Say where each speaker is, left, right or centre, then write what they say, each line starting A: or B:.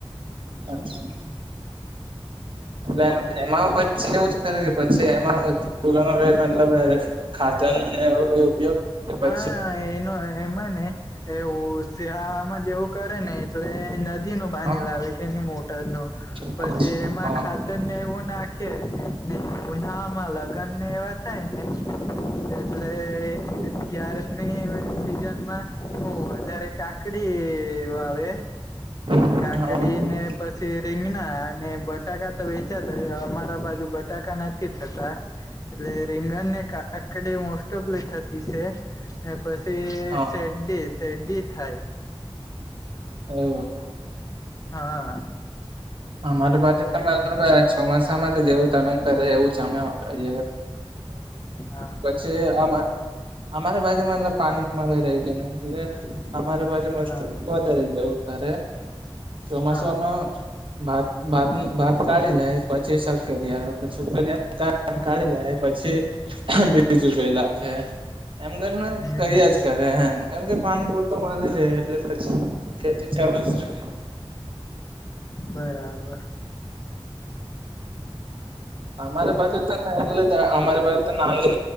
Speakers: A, on the right; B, on the left.
A: અચ્છા. એટલે એમાં પછી એવું જ ખરે કે પછી એમાં <unintelligible> <unintelligible> ખાતરને એવો કઈ ઉપયોગ પછી
B: હા એનો એમાં ને એવું શિયાળામાં જેવું કરે ને એટલે નદીનુ પાણી
A: હા
B: લાવે કે ની મોટર નુ.
A: અચ્છા
B: પછી એમાં
A: હા
B: ખાતર ને એવું નાખે ને ઉનાળમાં લગન ને એવા થાય ને એટલે ત્યારે ની સીજન વધારે <inaudible> કાકડી વાવે
A: <unintelligible>
B: કાકડી
A: હા
B: ને પછી રીંગણા અને બટાકા તો વેચાતા અમારા બાજુ બટાકા નથી નથી થતા એટલે રીંગણને કા કાકડી મોસ્ટઓફલી થતી છે ને પછી
A: હા
B: સેડી સેડી થાય
A: એવું
B: હા
A: હ મારે બાજુ તો <unintelligible> ચોમાસામાં તો જેવું તમે કરે એવું <unintelligible> <unintelligible> <unintelligible> <unintelligible>
B: હા
A: જે અમારા અમારા બાજુમાં પાણી મળે રહી <unintelligible> એટલે અમારે બાજુ <unintelligible> વધારે
B: હા
A: જવું ઘરે ચોમાસામાં
B: હા
A: ભાત બાત ભાત કાઢી લે પછી શક્કરિયા રોપે <unintelligible> કાઢી લે પછી બીજુ ગઈ લાખે એમ કરીને
B: હમ
A: કર્યા
B: હમ
A: જ કરે એમ કેમ કે પાણી પુરતો મલી રહેે એટલે પછી એથી ચાલુ રહે
B: બરાબર
A: <inaudible> અમારા બાજુ તો એટલે અમારી પાસે તો ના આવે